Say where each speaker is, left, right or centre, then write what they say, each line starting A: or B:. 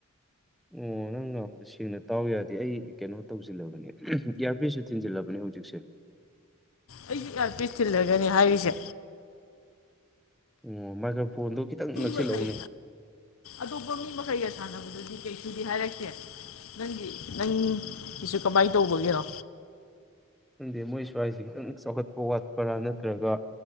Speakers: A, in the centre; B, on the left.
A: ꯑꯣ ꯅꯪ ꯉꯥꯡꯕꯗꯤ ꯁꯦꯡꯅꯥ ꯇꯥꯎ ꯌꯥꯗꯦ ꯑꯩ ꯀꯩꯅꯣ ꯇꯧꯖꯤꯜꯂꯕꯅꯦ ꯏꯌꯥꯔꯄꯤꯁꯁꯨ ꯊꯤꯟꯖꯤꯜꯂꯕꯅꯦ ꯍꯧꯖꯤꯛꯁꯦ꯫
B: ꯑꯩꯖꯨ ꯏꯌꯥꯔꯄꯤꯁ ꯊꯤꯜꯂꯒꯅꯦ ꯍꯥꯏꯔꯤꯖꯦ꯫
A: ꯑꯣ ꯃꯥꯏꯀ꯭ꯔꯐꯣꯟꯗꯣ ꯈꯤꯇꯪ ꯅꯛꯁꯤꯜꯂꯧꯅꯦ꯫
B: ꯃꯈꯩ ꯑꯇꯣꯞꯄ ꯃꯤ ꯃꯈꯩꯒ ꯁꯥꯟꯅꯕꯗꯗꯤ ꯀꯩꯁꯨꯗꯤ ꯍꯥꯏꯔꯛꯇꯦ ꯅꯪꯒꯤ ꯅꯪꯒꯤꯁꯨ ꯀꯃꯥꯏ ꯇꯧꯕꯒꯤꯅꯣ꯫
A: ꯈꯪꯗꯦ ꯃꯣꯏ ꯁ꯭ꯋꯥꯏꯁꯦ ꯈꯤꯇꯪ ꯆꯥꯎꯈꯠꯄ ꯋꯥꯠꯄꯔꯥ ꯅꯠꯇ꯭ꯔꯒ